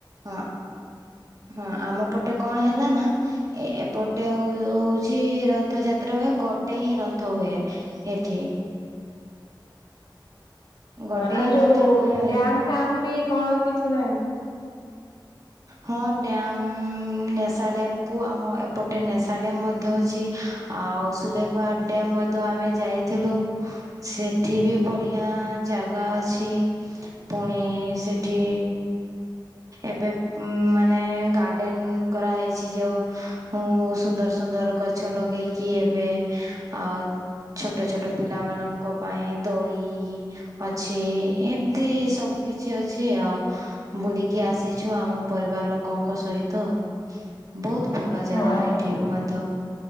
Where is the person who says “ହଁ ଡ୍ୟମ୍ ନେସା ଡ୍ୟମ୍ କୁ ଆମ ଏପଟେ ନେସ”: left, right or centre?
Right